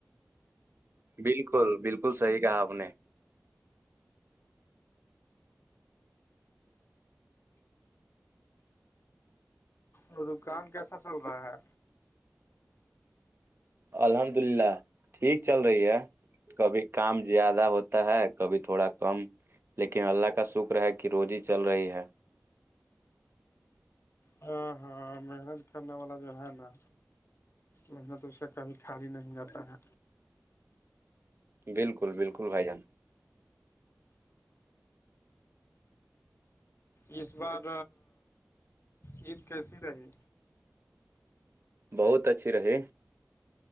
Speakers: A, on the right (about 50°); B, on the left (about 55°).
A: بالکل بالکل صحیح کہا آپ نے
B: وہ دکان کیسا چل رہا ہے
A: الحمد للہ ٹھیک چل رہی ہے کبھی کام زیادہ ہوتا ہے کبھی تھوڑا کم <unintelligible> لیکن اللہ کا شکر ہے کہ روزی چل رہی ہے <unintelligible>
B: ہاں ہاں محنت کرنے والا جو ہے نا محنت اس سے کبھی کھالی نہیں آتا ہے
A: بالکل بالکل بھائی جان
B: اس بار عید کیسی رہی
A: بہت اچھی رہی